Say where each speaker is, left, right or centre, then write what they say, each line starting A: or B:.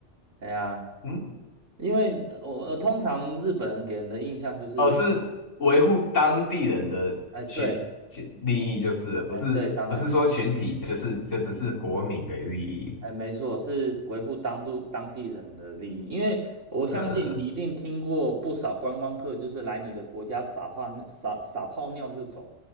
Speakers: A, on the right (about 75°); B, on the left (about 80°).
A: 哎呀，
B: <laughs> 嗯。
A: 因为我、呃通常日本人给人的印象就是，
B: 哦，是维护当地人的群群利益就是了，
A: 哎，对，
B: 不是不是说群体，
A: 哎，对，当然啦。
B: 就是就只是国民的利益。
A: 哎，没错，是维护当地当地人的利益，因为我相信你一定听过不少观光客，
B: 呃，嗯嗯
A: 就是来你的国家撒泡撒撒泡尿就走，